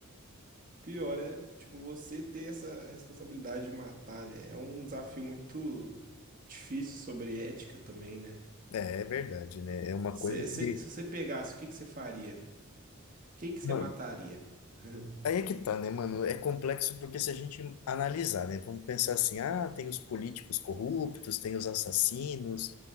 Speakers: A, on the right; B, on the left.
A: pior é, tipo, você ter essa responsabilidade de matar, né? É um desafio muito difícil sobre ética também, né?
B: É, é verdade, né? É uma
A: Cê-
B: coisa
A: cê-
B: que,
A: se você pegasse, o que que você faria? Quem que você
B: mano,
A: mataria? <laughs>
B: Aí é que tá, né, mano? É complexo porque se a gente analisar, né, vamos pensar assim, ah, tem os políticos corruptos, tem os assassinos,